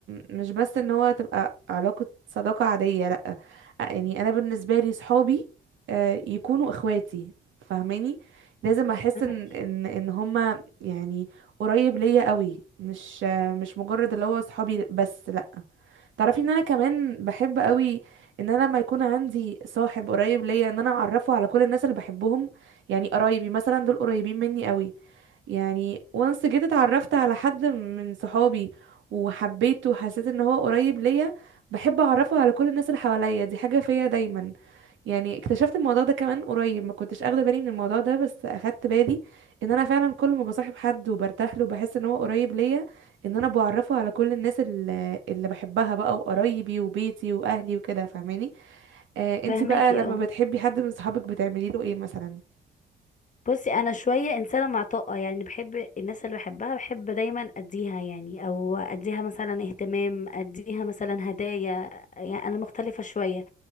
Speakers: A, on the right; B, on the left.
A: مش بس ان هو تبقى علاقة صداقة عادية لأ يعني انا بالنسبة لي صحابي آه، يكونوا اخواتي فاهماني لازم احس
B: فهمك
A: ان ان ان هما يعني قريب ليا قوي مش آه، مش مجرد اللي هو صحابي بس لأ تعرفي ان انا كمان بحب قوي ان انا لما يكون عندي صاحب قريب ليا ان انا اعرفه على كل الناس اللي بحبهم يعني قرايبي مثلا دول قريبين مني قوي يعني وانس جيت اتعرفت على حد من صحابي وحبيته وحسيت ان هو قريب ليا بحب اعرفه على كل الناس اللي حواليا دي حاجة فيا دايما يعني اكتشفت الموضوع ده كمان قريب ما كنتش اخده بالي من الموضوع ده بس اخدت بالي ان انا فعلا كل ما بصاحب حد وبرتاح له بحس ان هو قريب ليا ان انا بعرفه على كل الناس اللي, اللي بحبها بقى وقرايبي وبيتي واهلي وكده فاهماني آه انتي
B: فاهماكي
A: بقى لما
B: اه
A: بتحبي حد من صحابك بتعملي له ايه مثلا
B: بصي انا شويه انسانه معطاءه يعني بحب الناس اللي بحبها بحب دايما اديها يعني او اديها مثلا اهتمام اديها مثلا هدايا يعني انا مختلفه شويه